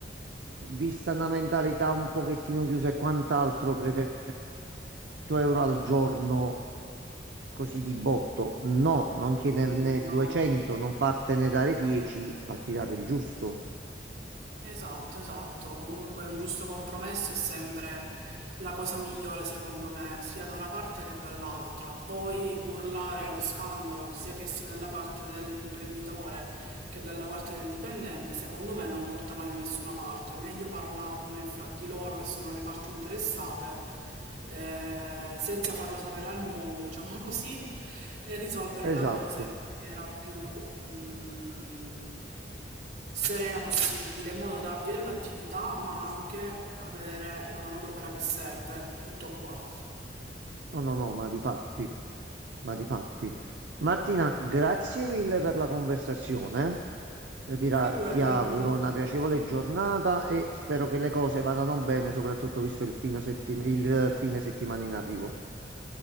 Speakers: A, on the right; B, on the right.
A: vista una mentalità un pochettino chiusa e quant'altro, pretendo 100 euro al giorno così di botto. No, non chiederne
B: mm, No.
A: 200, non fartene dare 10, fatti dare il giusto.
B: Esatto, esatto. Comunque un giusto compromesso è sempre la cosa migliore, secondo me, sia da una parte che dall'altra. Poi urlare allo scandalo, sia che sia dalla parte dell'imprenditore che dalla parte del dipendente, secondo me non porta mai da nessuna parte. Meglio parlarne fra di loro, che sono le parti interessate, eh, senza farlo sapere al mondo, diciamo <laughs> così, e risolvere
A: Esatto.
B: la cosa in maniera più, mm, serena possibile, in modo da avviare l'attività, ma anche avere la manodopera che serve. Tutto qua.
A: No, no, no, ma di fatti, ma di fatti. Martina, grazie mille per la conversazione. Io ti, ra-
B: Figurati,
A: ti auguro
B: grazie a
A: una
B: te.
A: piacevole giornata e spero che le cose vadano bene, soprattutto visto il fino settim- il eh, fine settimana in arrivo.